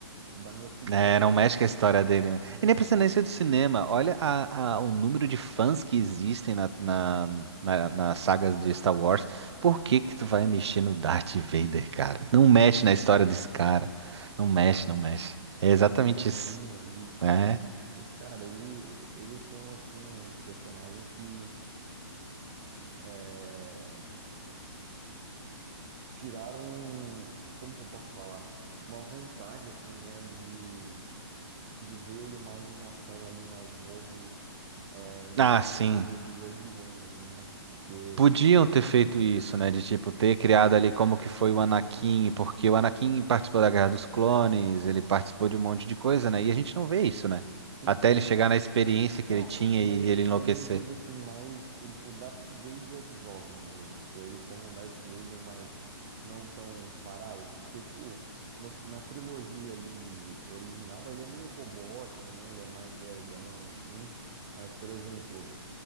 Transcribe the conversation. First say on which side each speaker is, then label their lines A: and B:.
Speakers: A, on the right; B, on the right.
A: da minha opinião,
B: É,
A: como
B: não mexe
A: uma.
B: com a história dele, né?
A: É,
B: E nem precisa nem ser do cinema. Olha a- a- o número de fãs que existem na, na, na- nas sagas de Star Wars. Por que que tu vai mexer no Darth Vader, cara? Não mexe na
A: não
B: história
A: mexe.
B: desse cara. Não mexe, não mexe. É exatamente
A: É Redondinho
B: isso,
A: ali.
B: né?
A: E, cara, ele, ele foi um, assim, um personagem que. é, tiraram, um- como que eu posso falar? Uma vontade, assim, né, de, de ver ele mais em ação ali, mais novo, é, no
B: Ah,
A: filme
B: sim.
A: do, do Rogue One ali, né? Porque,
B: Podiam ter feito isso, né? De tipo, ter criado ali como que foi o Anakin, porque o Anakin participou da Guerra dos Clones, ele participou de um monte de coisa, né? E a gente não vê isso, né?
A: sim,
B: Até
A: sim.
B: ele chegar na experiência que
A: Não,
B: ele tinha
A: mas,
B: e ele enlouquecer.
A: mas eu digo assim, mais o, o Darth Vader jovem mesmo, tipo, ele como o Darth Vader, mas não tão parado, porque, tipo, no- na trilogia ali original, ele é meio robótico, né? Ele é mais lerdão, assim. Mas, por exemplo,